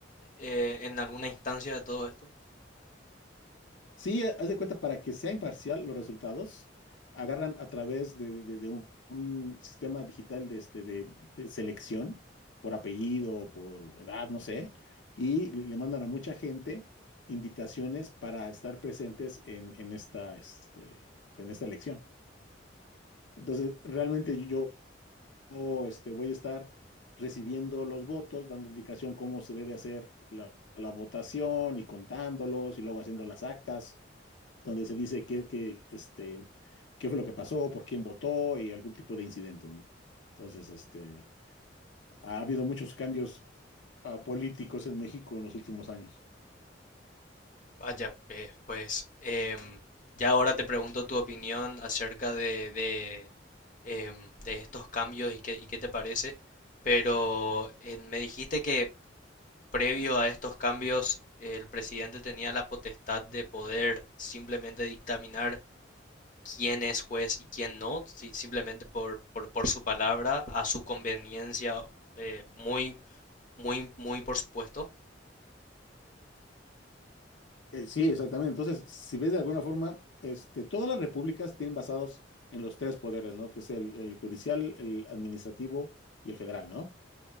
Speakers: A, on the left; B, on the left.
A: eh, en alguna instancia de todo esto.
B: Sí, haz de cuenta, para que sea imparcial los resultados, agarran a través de, de- de un, un sistema digital de, este, de, de selección por apellido, por edad, no sé, y le le mandan a mucha gente invitaciones para estar presentes en, en esta, este, en esta elección. Entonces, realmente yo yo, este, voy a estar recibiendo los votos, dando indicación cómo se debe hacer la la votación y contándolos y luego haciendo las actas donde se dice qué, qué, este, qué fue lo que pasó, por quién votó y algún tipo de incidente, ¿no? Entonces, este, ha habido muchos cambios ah, políticos en México en los últimos años.
A: Vaya, pe- pues, em, ya ahora te pregunto tu opinión acerca de, de, em, de estos cambios y qué, y qué te parece, pero eh, me dijiste que previo a estos cambios, el presidente tenía la potestad de poder simplemente dictaminar quién es juez y quién no, si- simplemente por, por, por su palabra, a su conveniencia, eh, muy, muy, muy por supuesto.
B: Eh, sí, exactamente. Entonces, si ves de alguna forma, este, todas las repúblicas tienen basados en los tres poderes, ¿no? Que es el, el judicial, el administrativo y el federal, ¿no?